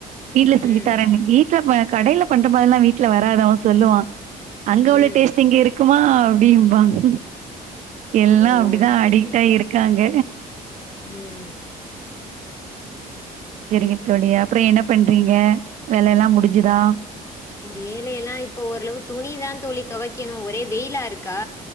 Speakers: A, on the right (about 50°); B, on the left (about 20°).
A: வீட்ல
B: ம்
A: செஞ்சுத் தரேனு வீட்ல பா கடைல பண்ட்டப்பல்லா வீட்ல வராதவே சொல்லுவா அங்க
B: ம்
A: உள்ள டேஸ்ட்டு இங்கே இரு‌ க்குமா அப்டிம்பாங்க எல்லா
B: ஓ
A: அப்டிதா
B: ஓகே
A: அடிக்ட்டாயி
B: ஓகே
A: இருக்காங்க
B: ம்
A: செரிங்க தோழியே அப்றோ என்ன பண்றீங்க வேலலா முடிஞ்சுதா
B: வேலையெல்லா இப்போ ஒரளவு துணிதா தோழி தொவைக்கேணு ஒரே வெயிலா இரு கா